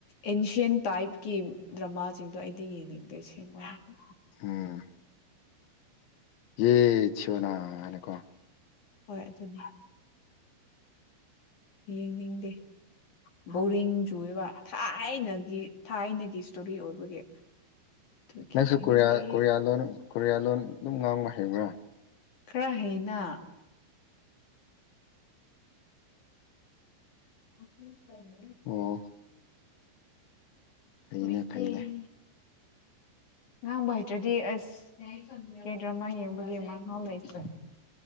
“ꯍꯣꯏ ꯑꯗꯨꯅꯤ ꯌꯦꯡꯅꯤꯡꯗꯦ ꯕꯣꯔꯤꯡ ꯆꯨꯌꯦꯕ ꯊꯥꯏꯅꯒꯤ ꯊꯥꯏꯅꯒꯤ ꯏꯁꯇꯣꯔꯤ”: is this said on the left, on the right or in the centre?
Left